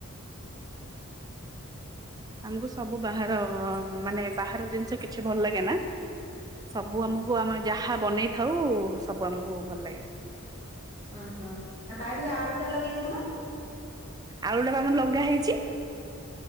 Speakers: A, on the right (about 20°); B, on the left (about 30°).
A: ଆମକୁ ସବୁ ବାହାର ମାନେ ବାହାର ଜିନିଷ କିଛି ଭଲ ଲାଗେ ନା। ସବୁ ଆମୁକୁ ଆମର ଯାହା ବନେଇଥାଉ ସବୁ ଆମୁକୁ ଭଲ ଲାଗେ।
B: ଅହଁ ଆଉ ବାଡିରେ ଆଳୁଟା ଲଗେଇ ଦୋଉନ।
A: ଆଳୁଟା ପା ଆମର ଲଗା ହେଇଚି।